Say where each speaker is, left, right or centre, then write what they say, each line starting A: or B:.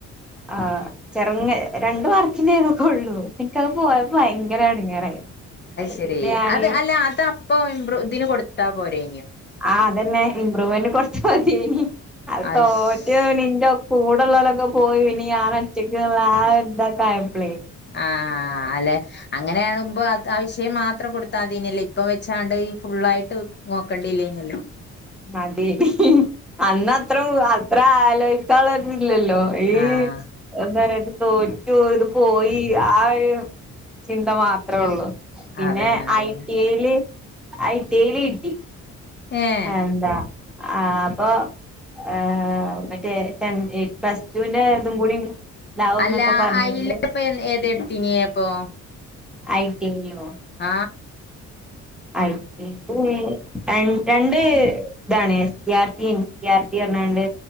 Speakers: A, in the centre; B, on the left (about 35°).
A: ആഹ് ചെറങ്ങ രണ്ടു മാർക്കിന്റെ ഇതൊക്കെ ഉള്ളൂ എനിക്കത് പോയപ്പോ ഭയങ്കര ഇടങ്ങറായി അത്
B: ശരി
A: പിന്നെ ഞാന്
B: അത് അല്ല അതപ്പൊ ഇമ്പ്രൂ ഇതിന് കൊടുത്താ പോരേ
A: ആ അതന്നെ ഇമ്പ്രൂവ്മെന്റ് കൊർച്ച് അതേ ഹി അത്
B: അയ്ശ്
A: തോറ്റോലിന്റെ കൂടുള്ളോലൊക്കെ പോയി ഇനി ഞാൻ ഒറ്റക്ക്ള്ള ആ ഒരു ഇത തായപ്ലെ
B: ആ അലെ അങ്ങനെയാവുമ്പോ താ വിഷയം മാത്രം കൊടുത്താതിനില്ലേ ഇപ്പം വെച്ചാണ്ട് ഫുള്ള് ആായിട്ട് നോക്കണ്ടില്ലാനിയല്ലോ
A: മടി അന്നത്രൊ അ ത്രാലോയ്ക്കാള്ളത് ഇല്ലല്ലോ ഈ
B: ആഹ്
A: സ് എന്താണെത് തോറ്റു ഇത് പോയി ആ ഒരു ചിന്ത മാത്രേ ഒള്ളൂ പിന്നെ
B: അതന്നെ അതന്നെ
A: ഐ ടി യേല് ഐടില് കിട്ടി
B: ഏഹ്
A: എന്താ ആ പൊ ഏ മറ്റേ ടെൻ ഏ പ്ലസ്ടുന്റെ ഇതും കൂടി ഉണ്ടാവും
B: അല്ലാ
A: എന്നൊക്കെ പറഞ്ഞണ്ട്
B: അയില്പ്പം എന് ഏതേ ഇട്ത്തീനിയേ അപ്പൊ
A: ഐട്ടിയെലോ
B: ആ
A: ഐട്ടിക്കുമേ ര രണ്ട് ഇതാണ് <unintelligible> പർഞ്ഞാണ്ട്